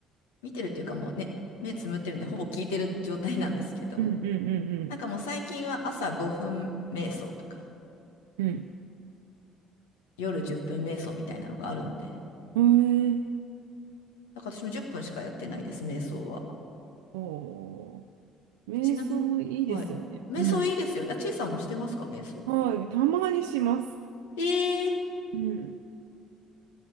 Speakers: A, on the left; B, on the right.
A: 見てるっていうかもうね、目つむってるんで、ほぼ聞いてる状態なんですけど、
B: うんうんう
A: なんかもう最近は朝5分瞑想とか、
B: んうん
A: 夜10分瞑想みたいなのがあるんで、
B: うん。へえ。
A: なんか私も10分しかやってないです、瞑想は。
B: おー瞑想いいですよね。
A: えちなみに、はい。瞑想いいですよね。
B: うん。
A: あ、ちいさんもしてますか、瞑想。
B: はい、たまにします。
A: ええ
B: うん。